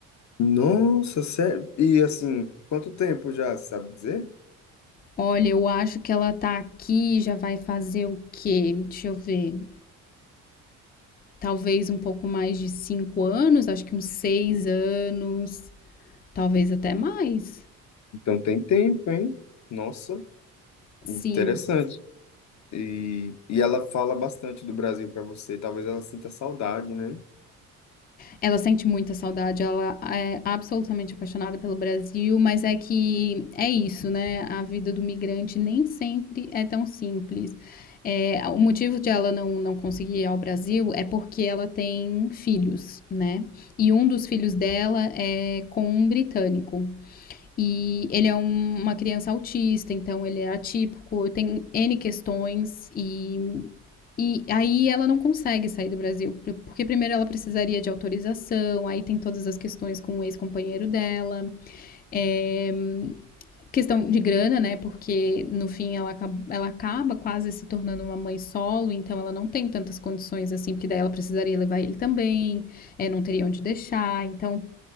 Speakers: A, on the left; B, on the left.
A: Nossa, sério? E assim, quanto tempo já, sabe dizer?
B: Olha, eu acho que ela tá aqui, já vai fazer o quê? Deixa eu ver. talvez um pouco mais de cinco anos, acho que uns seis anos, talvez até mais.
A: Então tem tempo, hein? Nossa,
B: Sim,
A: interessante. E, e ela fala bastante do Brasil para você. Talvez ela sinta saudade, né?
B: ela sente muita saudade, ela é absolutamente apaixonada pelo Brasil, mas é que é isso, né? A vida do migrante nem sempre é tão simples. É, o motivo de ela não, não conseguir ir ao Brasil é porque ela tem filhos, né? E um dos filhos dela é com um britânico. E ele é um- uma criança autista, então ele é atípico, tem N questões e, e aí ela não consegue sair do Brasil, porque primeiro ela precisaria de autorização, aí tem todas as questões com o ex-companheiro dela, é, questão de grana, né? Porque no fim ela acaba, ela acaba quase se tornando uma mãe solo, então ela não tem tantas condições assim, porque daí ela precisaria levar ele também, é, não teria onde deixar, então,